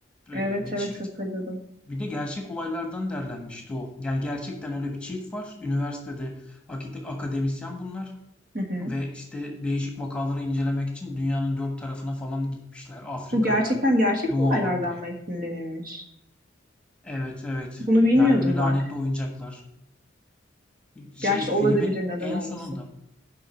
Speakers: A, in the centre; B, on the right.
A: e,
B: Evet
A: bir
B: evet
A: çift.
B: hatırladım.
A: Bir de gerçek olaylardan derlenmişti o. Yani gerçekten öyle bir çift var. Üniversitede akide- akademisyen bunlar.
B: Hı hı.
A: Ve işte değişik vakaları incelemek için dünyanın dört tarafına falan gitmişler. Afrika'ya,
B: Bu gerçekten gerçek
A: Doğu
B: olaylardan
A: Avrupa'ya.
B: mı esinlenilmiş?
A: Evet, evet.
B: Bunu bilmiyordum
A: Yani böyle lanetli
B: bak.
A: oyuncaklar. Şey
B: Gerçi
A: filmin
B: olabilir neden
A: en
B: olmasın.
A: sonunda.